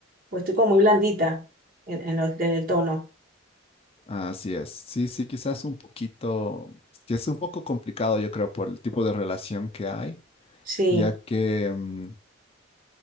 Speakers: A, on the right (about 45°); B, on the left (about 30°).
A: Pues estoy como muy blandita en, en, lo- en el tono.
B: Así es. Sí, sí, quizás un poquito, que es un poco complicado, yo creo, por el tipo de relación que hay,
A: Sí,
B: ya que mm,